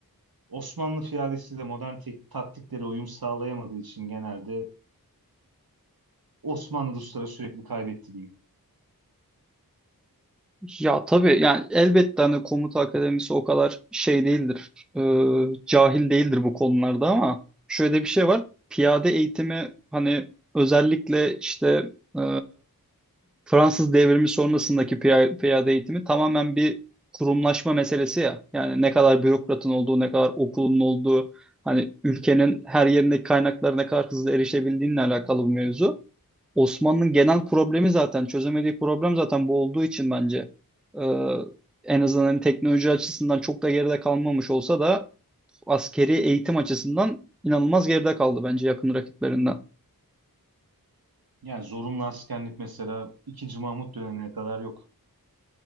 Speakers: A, on the right (about 75°); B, in the centre.
A: Osmanlı piyadesi de modern tek- taktiklere uyum sağlayamadığı için genelde Osmanlı Ruslara sürekli kaybetti diyeyim.
B: Ya tabii yani elbette hani komuta akademisi o kadar şey değildir. e, cahil değildir bu konularda ama şöyle bir şey var. Piyade eğitimi hani özellikle işte e, Fransız devrimi sonrasındaki piya- piyade eğitimi tamamen bir kurumlaşma meselesi ya. Yani ne kadar bürokratın olduğu, ne kadar okulun olduğu, hani ülkenin her yerindeki kaynaklara ne kadar hızlı erişebildiğinle alakalı bir mevzu. Osmanlı'nın genel problemi zaten, çözemediği problem zaten bu olduğu için bence e, en azından hani teknoloji açısından çok da geride kalmamış olsa da askeri eğitim açısından inanılmaz geride kaldı bence yakın rakiplerinden.
A: Yani zorunlu askerlik mesela ikinci Mahmut dönemine kadar yok.